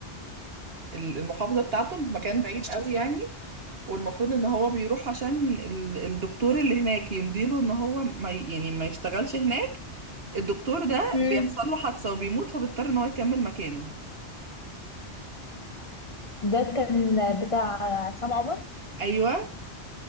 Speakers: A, on the right (about 60°); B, on the left (about 30°).
A: المحافظة بتاعته مكان بعيد قوي يعني والمفروض ان هو بيروح عشان ال- الدكتور اللي هناك يمديله ان هو ما ي- يعني ما يشتغلش هناك الدكتور ده
B: مم.
A: بيحصل له حادثة وبيموت فبيضطر ان هو يكمل مكانه
B: ده كان بتاع عصام عمر
A: ايوه